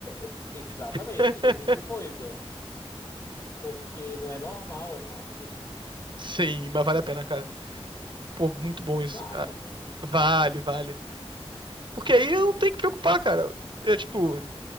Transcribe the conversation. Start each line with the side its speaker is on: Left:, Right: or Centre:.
Left: é, exatamente,
Right: <laughs>
Left: esse tipo de coisa. Porque não é normal essa rapidez.
Right: Sim, mas vale a pena, cara. Pô, muito bom isso.
Left: Vale.
Right: Ah, Vale, vale. Porque aí eu não tenho que preocupar, cara. É tipo,